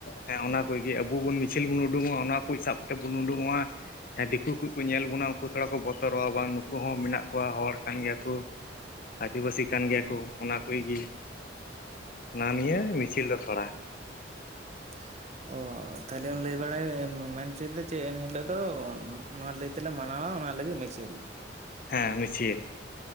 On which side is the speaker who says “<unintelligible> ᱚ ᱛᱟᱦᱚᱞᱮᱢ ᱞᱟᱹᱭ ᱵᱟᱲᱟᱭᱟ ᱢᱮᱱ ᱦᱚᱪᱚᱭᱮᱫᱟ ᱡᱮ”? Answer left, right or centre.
Right